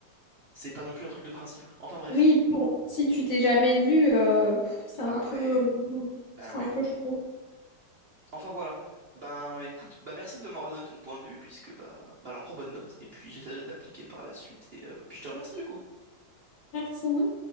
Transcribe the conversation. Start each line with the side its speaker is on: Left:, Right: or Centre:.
Right: c'est pas non plus un truc de principe. Enfin, bref.
Left: Oui, bon, si tu t'es jamais vu, euh, pff, c'est
Right: Bah
Left: un peu...
Right: ouais,
Left: euh,
Right: bah
Left: C'est
Right: ouais.
Left: un peu chaud.
Right: Enfin voilà. Ben écoute, bah merci de m'avoir donné ton point de vue puisque bah, bah j'en prends bonne note et puis j'essaierai de l'appliquer par la suite et euh, puis je te remercie du coup.
Left: Merci.